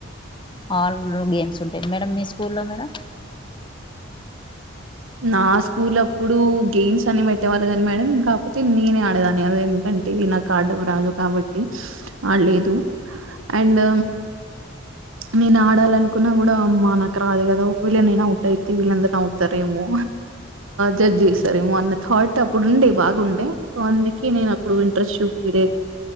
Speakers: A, on the left (about 25°); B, on the right (about 85°).
A: అల్ గేమ్స్ ఉంటాయి మేడం మీ స్కూల్లో మేడం
B: నా స్కూల్ అప్పుడు గేమ్స్ అని పెట్టేవాళ్ళు కానీ మేడం కాకపోతే నేనే ఆడేదాన్ని కాదు ఎందుకంటే నాకు ఆడడం రాదు కాబట్టి ఆడలేదు అండ్ నేను ఆడాల అనుకున్నా కూడా అమ్ నాకు రాదు కదా ఒకవేళ్ళ నేను అవుట్ అయితే వీళ్ళందరు నవ్వుతారు మో జడ్జ్ చేస్తారేమో అన్న థాట్ అప్పుడుండే బాగుండే సో అందుకే నేను అప్పుడు ఇంట్రెస్ట్ చూయితే